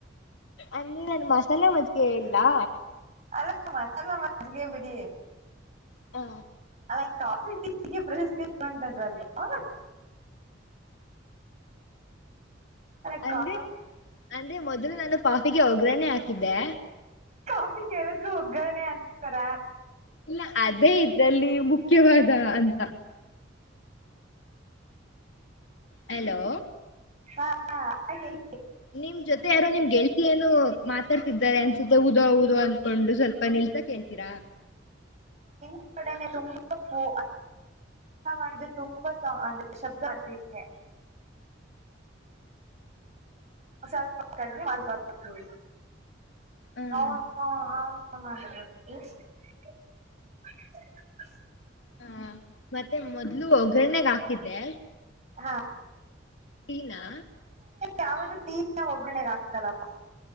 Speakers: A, on the left (about 65°); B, on the right (about 35°).
A: ಅಂದ್ರೆ ನಾನು ಮಸಾಲೆ ಮಜ್ಗೆ ಹೇಳ್ಲಾ
B: ಅಲ್ಲಾ ಮತ್ತ್ ಅಲಾ ಅಲ್ಲಿಗೆ ಬಿಡಿ
A: ಹಾ
B: ಅಲ್ಲಾ ಈ ಕಾಫಿ ಟೀಗೇ ಪ್ರಶಸ್ತಿ <unintelligible> ಅಲ್ಲ
A: ಅಂದ್ರೆ
B: ಕಾ-
A: ಅಂದ್ರೆ ಮೊದಲ ನಾನು ಕಾಫಿ ಗೇ ಒಗ್ಗರಣೆ ಹಾಕಿದ್ದೆ
B: ಕಾಫಿಗ್ ಯಾರಾದ್ರೂ ಒಗ್ಗರಣೆ ಹಾಕ್ತಾರಾ
A: ಇಲ್ಲಾ ಅದೇ ಇದರಲ್ಲಿ ಮುಖ್ಯವಾದ ಹಂತ ಹೆಲೋ
B: ಹಾ ಹೇಳಿ
A: ನಿಮ್ ಜೊತೆ ಯಾರೋ ನಿಮ್ ಗೆಳತಿ ಏನೋ ಮಾತಾಡ್ತಿದ್ದಾರೆ ಅನ್ಸುತ್ತೆ ಊಟ ಉದೋ ಉದೋ ಅನ್ಕೊಂಡು ಸ್ವಲ್ಪ ನಿಲ್ಸಕ್ ಹೇಳ್ತೀರಾ
B: ನಿಮ್ಕಡೆನೇ ತುಂಬಾ ಅಂದ್ರೆ ತುಂಬಾ ಸೌಂಡ್ ಅಂದ್ರೆ ಶಬ್ಧ ಬರತೈತೆ ಸ್ವಲ್ಪ ಕಡಿಮೇಮಾಡ್ಕೋಬೇಕು <unintelligible>
A: ಹ ಹ
B: <inaudible>
A: ಹಾ ಮತ್ತೆ ಮೊದ್ಲು ಒಗ್ಗರಣೆಗೇ ಹಾಕಿದ್ದೆ
B: ಹಾ
A: ಟೀನಾ
B: ಯಾವಳು ಟೀಗೆ ಒಗ್ಗರಣೆ ಹಾಕ್ತಾಲ್ ಅಪ್ಪಾ